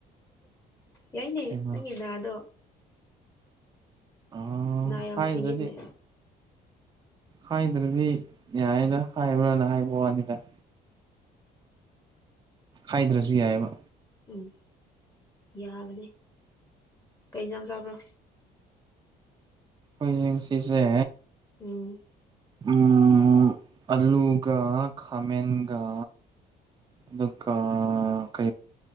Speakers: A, on the left; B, on the right.
A: ꯌꯥꯏꯅꯦ
B: ꯀꯩꯅꯣ
A: ꯅꯪꯒꯤꯅꯥꯗꯣ
B: ꯑ
A: ꯅꯥ ꯌꯥꯝ
B: ꯍꯥꯏꯗ꯭ꯔꯗꯤ
A: ꯁꯤꯡꯉꯤꯅꯦ
B: ꯍꯥꯏꯗ꯭ꯔꯗꯤ ꯌꯥꯔꯤꯗ ꯍꯥꯏꯕ꯭ꯔꯥꯅ ꯍꯥꯏꯕ ꯋꯥꯅꯤꯗ ꯍꯥꯏꯗ꯭ꯔꯁꯨ ꯌꯥꯏꯑꯕ
A: ꯎꯝ ꯌꯥꯕꯅꯤ ꯀꯩꯖꯥꯟ ꯆꯥꯕ꯭ꯔꯣ
B: ꯑꯩꯈꯣꯏꯡ ꯁꯤꯁꯦ
A: ꯎꯝ
B: ꯎꯝ ꯑꯂꯨꯒ ꯈꯥꯃꯦꯟꯒ ꯑꯗꯨꯒ ꯀ